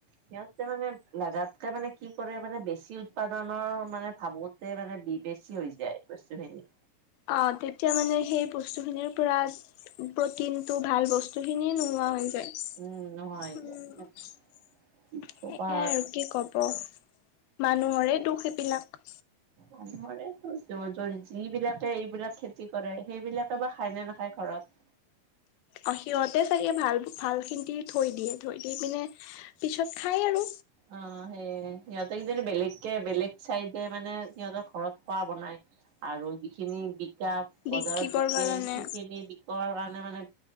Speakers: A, on the right; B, on the left.
A: সিহঁতে মানে লাগাতকে মানে কি কৰে মানে বেছ বেছি উৎপাদনৰ মানে ভাবোতে মানে বেছি হৈ যায় বস্তুখিনি।
B: অ' তেতিয়া মানে সেই বস্তুখিনিৰ পৰা প্ৰটিন টো ভাল বস্তু বস্তুখিনিয়ে নোহোৱা হৈ যায়,
A: উম নোহোৱা হৈ
B: উম।
A: যায়
B: সেয়াই
A: কি কবা
B: আৰু কি কব মানুহৰে দুখ এইবিলাক।
A: উ মানুহৰে <unintelligible> যিবিলাকে এইবিলাক খেতি কৰে সেইবিলাকে বা খায় নে নাখায় ঘৰত।
B: অ' সিহঁতে চাগে ভাল-ভাল খিনি থৈ দিয়ে থৈ দি পিনে পিছত খাই আৰু।
A: অ' সেয়ে সিহঁতে যে বেলেগকে বেলেগ চাই দে মানে সিহঁতৰ ঘৰত খোৱা বনাই। আৰু যিখিনি বিকা বজাৰত
B: বিকিবৰ
A: বিকে
B: কাৰণে
A: সেইখিনি বিকৰ কাৰণে মানে